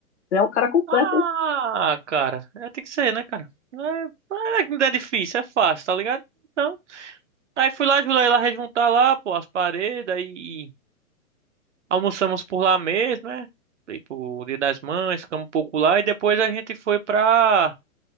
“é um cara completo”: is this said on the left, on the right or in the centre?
Left